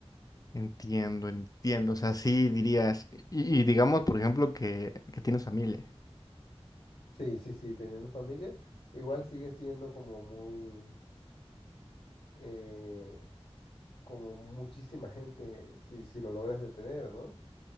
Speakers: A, on the left; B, on the left.
A: Entiendo, entiendo. O sea, sí dirías, y, y digamos, por ejemplo, que, que tienes familia.
B: Sí, sí, sí, teniendo familia, igual sigue siendo como muy, eh, como muchísima gente si, si lo logras detener, ¿no?